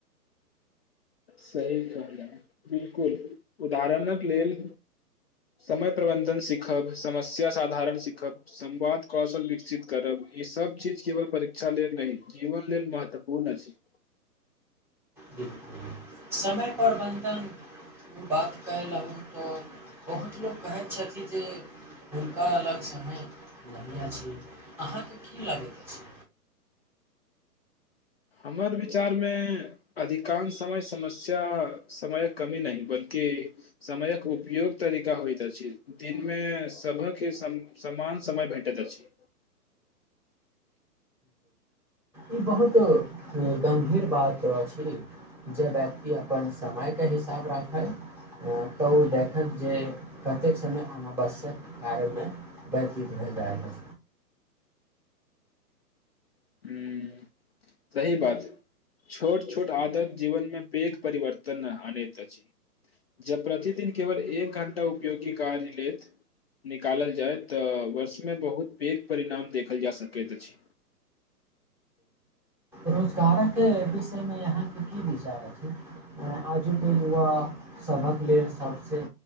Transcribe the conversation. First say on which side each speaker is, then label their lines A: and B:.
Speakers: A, on the left (about 40°); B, in the centre.
A: सही कहलहुँ बिलकुल उदाहरणक लेल समय प्रबन्धन सीखब समस्या साधारण सीखब संवाद कौशल विकसित करब ईसभ चीज केवल परीक्षा लेल नहि जीवन लेल महत्वपूर्ण अछि
B: बिलकुल समय प्रबन्धन बात कयलहुँ तऽ बहुत लोक कहैत छथिन जे हुनका अलग समय नहिए अछि अहाँके की लागैत अछि
A: हमर विचारमे अधिकांश समय समस्या समयक कमी नहि बल्कि समयक उपयोग तरीका होइत अछि दिनमे सभकके सम समान समय भेटैत अछि
B: ई बहुत गम्भीर बात अछि जे व्यक्ति अपन समय के हिसाब राखै तऽ ओ देखत जे कतेक समय अनावश्यक कार्यमे व्यतीत भए जाइत ह
A: हम्म, सही बात छोट छोट आदत जीवनमे पैघ परिवर्तन आनैत अछि जब प्रतिदिन केवल एक घं्टा उपयोगी कार्य ले निकालल जाय तऽ वर्षमे बहुत पैघ परिणाम देखल जा सकैत अछि
B: रोजगारके विषयमे यहाँके की विचार अछि आजुक युवा सभक लेल सबसँ